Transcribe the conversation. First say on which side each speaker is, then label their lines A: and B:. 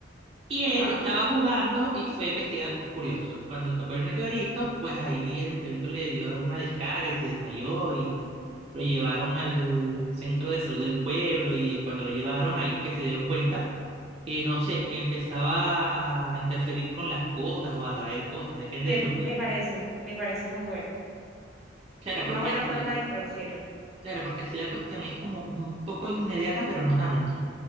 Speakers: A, on the right (about 30°); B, in the centre.
A: Y
B: ajá.
A: él estaba jugando y fue a investigar porque es curioso. Y cuando tocó el meteorito, pues ahí el meteorito le dio alguna descarga y se desmayó y lo llevaron al centro de salud del pueblo y cuando lo llevaron ahí que se dieron cuenta que no sé, que empezaba a interferir con las cosas o a traer cosas, depende
B: Me,
A: de lo que...
B: me parece, me parece muy bueno.
A: Claro,
B: Es
A: porque
B: una buena
A: así
B: forma de introducirlo.
A: Claro, porque así la cuestión es como un poco inmediata, pero no tanto.